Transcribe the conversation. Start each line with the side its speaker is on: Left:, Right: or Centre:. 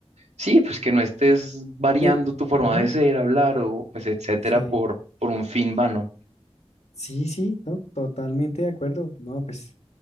Right: sí, pues que no estés variando
Left: y-
Right: tu forma
Left: ujú,
Right: de ser, hablar o pues etcétera
Left: sí,
Right: por, por un fin vano.
Left: sí, sí, ¿no? Totalmente de acuerdo. No, pues